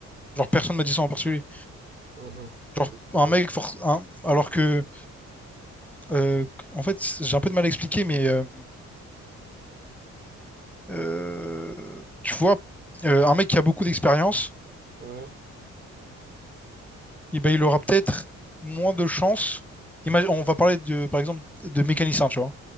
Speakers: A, in the centre; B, on the right (about 35°).
A: Genre personne m'a dit ça en particulier.
B: Mhm.
A: Genre
B: Et,
A: un
B: euh,
A: mec, for- un- alors que, euh, en fait, c- j'ai un peu de mal à expliquer, mais euh, euh, tu vois, euh, un mec qui a beaucoup d'expérience,
B: ouais,
A: eh ben, il aura peut-être moins de chances. Imagine- on va parler de, par exemple, de mécanicien, tu vois.